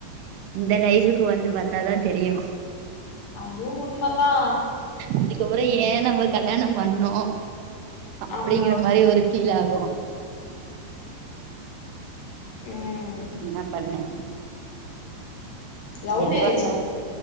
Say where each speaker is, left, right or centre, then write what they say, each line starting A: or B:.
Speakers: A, on the right; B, on the left.
A: இந்த லைஃப்புக்கு வந்து பாத்தா தா தெரியு
B: அதுவு உண்மதா
A: அதுக்கப்பறோ ஏ நம்ம கல்யாணோ பண்ணோ அப்டிங்கிற
B: ஆமா ஆமா
A: மாரி ஒரு ஃபீல் ஆகு
B: ம் ம்
A: என்னா பண்ணே
B: லவ்
A: எது
B: மேரேஜுங்க
A: வந்தாலு